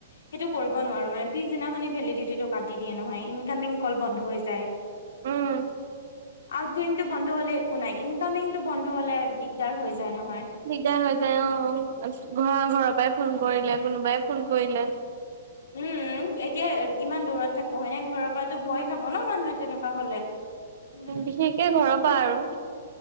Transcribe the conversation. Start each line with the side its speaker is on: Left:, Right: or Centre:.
Left: সেইটো কৰিব নোৱাৰো মানে পিছদিনাখনেই ভেলিডিটিটো কাটি দিয়ে নহয়, ইন ইনকামিং কল বন্ধ হৈ যায়।
Right: উম
Left: আউটগয়িংটো বন্ধ হ'লে একো নাই, ইনকামিংটো বন্ধ হ'লে দিগদাৰ হৈ যায় নহয়।
Right: দিগদাৰ হৈ যায় অ'। ঘ ঘৰৰ পৰাই ফোন কৰিলে কোনোবাই ফোন কৰিলে
Left: উম, এতিয়া ইমান দূৰত থাকো হয়নে? ঘৰৰ পৰাতো ভয়
Right: উম
Left: খাব ন' মানুহে তেনেকুৱা হ'লে। উম,
Right: বিশেষকে ঘৰৰ পৰা আৰু।